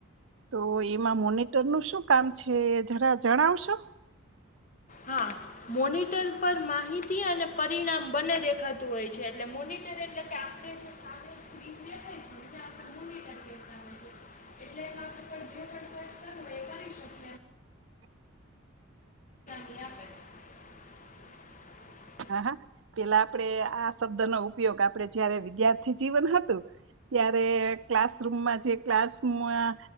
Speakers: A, on the right; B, on the left.
A: તો એમાં મોનિટર નું શું કામ છે જરા જણાવશો?
B: હા મોનિટર પર માહિતી અને પરિણામ બંને દેખાતું હોય છે એટલે મોનટર એટલે કે આપણે જ
A: <unintelligible>
B: <unintelligible> મોનીટર કેહતા હોઈ એટલે <unintelligible> સર્ચ કરવુ હોય એ કરી શકે
A: <inaudible>
B: <unintelligible>
A: હા હા પેલા આપડે આ શબ્દ નો ઉપયોગ આપડે જયારે વિદ્યાર્થી જીવન હતું ત્યારે ક્લાસરૂમમાં જે ક્લાસરૂમમાં